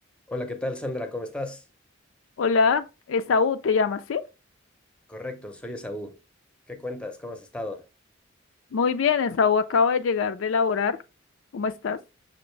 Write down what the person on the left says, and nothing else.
Hola, Esaú, ¿te llamas, sí?
Muy bien, Esaú, acabo de llegar de laborar. ¿Cómo estás?